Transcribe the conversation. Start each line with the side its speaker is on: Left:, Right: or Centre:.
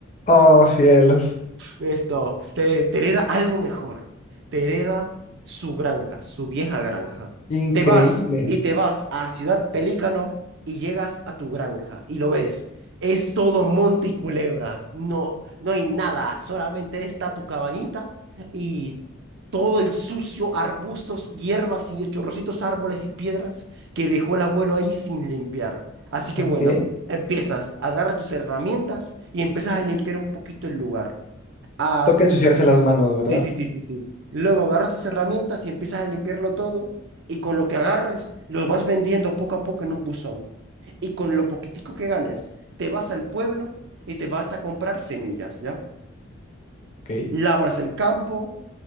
Left: Oh, cielos.
Right: Esto, te, te hereda algo mejor. Te hereda su granja, su vieja granja.
Left: Increíble.
Right: Te vas y te vas a Ciudad Pelícano y llegas a tu granja y lo ves. Es todo monte y culebra. No, no hay nada. Solamente está tu cabañita y todo el sucio, arbustos, hierbas y chorrocitos árboles y piedras que dejó el abuelo ahí sin limpiar. Así que
Left: Ok.
Right: bueno, empiezas, agarras tus herramientas y empiezas a limpiar un poquito el lugar. Ah,
Left: Toca ensuciarse las manos, ¿verdad?
Right: Sí, sí, sí, sí, sí. luego agarras tus herramientas y empiezas a limpiarlo todo. Y con lo que agarres, lo vas vendiendo poco a poco en un buzón. Y con lo poquitico que ganes, te vas al pueblo y te vas a comprar semillas, ¿ya?
Left: Ok.
Right: Labras el campo,